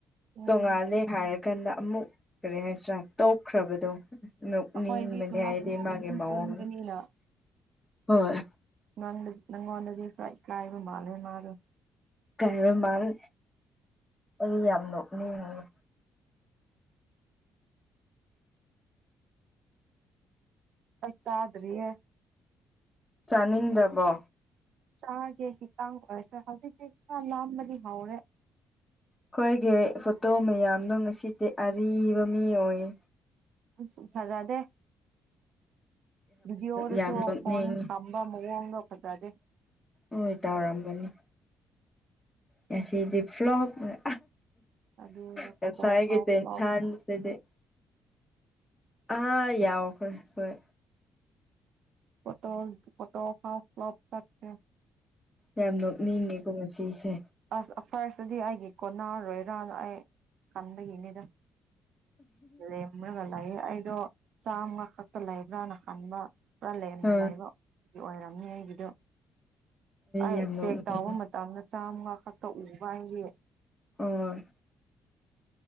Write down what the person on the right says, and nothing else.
ꯎꯝ
ꯑꯩꯈꯣꯏꯗꯤ ꯃꯅꯥꯛ
ꯃꯅꯥꯛ
ꯑꯗꯨꯝ
ꯄꯨꯟꯕꯅꯤꯅ
ꯅꯪ ꯅꯪꯉꯣꯟꯗꯗꯤ ꯈꯔ ꯏꯀꯥꯢꯕ ꯃꯥꯜꯂꯦ ꯃꯥꯗꯣ꯫
ꯆꯥꯛ ꯆꯥꯗ꯭ꯔꯤꯌꯦ꯫
ꯆꯥꯒꯦ <unintelligible> ꯍꯧꯖꯤꯛꯇꯤ ꯈꯔ ꯂꯥꯝꯕꯗꯤ ꯍꯧꯔꯦ꯫
<unintelligible> ꯐꯖꯗꯦ꯫ ꯚꯤꯗꯤꯑꯣꯗꯁꯨ
ꯐꯣꯟ ꯇꯝꯕ ꯃꯑꯣꯡꯗꯣ ꯐꯖꯗꯦ꯫
ꯑꯗꯨꯅꯦ
ꯐꯣꯇꯣ ꯐꯥꯎ
ꯐ꯭ꯂꯣꯞꯅꯦ
<unintelligible>
ꯑꯁ ꯐꯥꯔꯁꯇꯗꯤ ꯑꯩꯒꯤ ꯀꯣꯟꯅꯔꯔꯣꯏꯔꯅ ꯑꯩ ꯈꯟꯕꯒꯤꯅꯤꯗ꯫ ꯂꯦꯝꯃ꯭ꯔꯒ ꯂꯩꯌꯦ ꯑꯩꯗꯣ ꯆꯥꯝꯃ ꯈꯛꯇ ꯂꯩꯕ꯭ꯔꯥꯅ ꯈꯟꯕ꯫ ꯄꯨꯔꯥ ꯂꯦꯝꯅ
ꯂꯩꯕ ꯑꯣꯏꯔꯝꯅꯤ ꯑꯩꯒꯤꯗꯨ ꯑꯩ
ꯆꯦꯛ
ꯇꯥꯎꯕ ꯃꯇꯝ ꯇꯝꯗ ꯆꯥꯝꯃꯉꯥ ꯈꯛꯇ ꯎꯕ ꯑꯩꯒꯤ